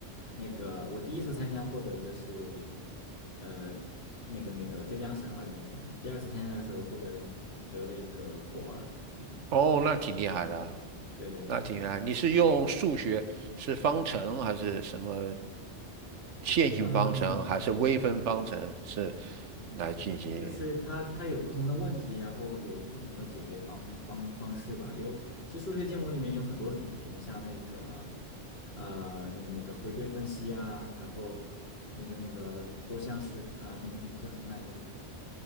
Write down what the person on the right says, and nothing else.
哦，那挺厉害的，
那挺厉害。你是用数学，是方程还是什么线性方程，
还是微分方程，是来进行？